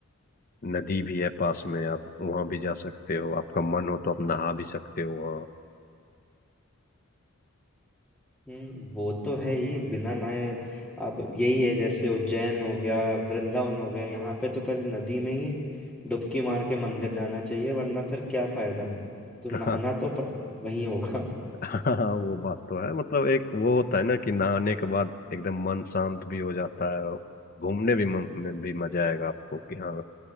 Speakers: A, on the left; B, in the centre.
A: नदी भी है पास में आप वहां भी जा सकते हो आपका मन हो तो आप नहा भी सकते हो वहाँ
B: हम्म वो तो है ही बिना नहाए अब यही है जैसे उज्जैन हो गया वृंदावन हो गया यहाँ पे तो पहले नदी में ही डुबकी मार के मंदिर जाना चाहिए वरना फिर क्या फायदा तो
A: <laughs>
B: नहाना तो प- वहीं होगा
A: हाँ हाँ, वो बात तो है मतलब एक वो होता है ना कि नहाने के बाद एकदम मन शांत भी हो जाता है और घूमने भी मन में भी मजा आएगा आपको कि हाँ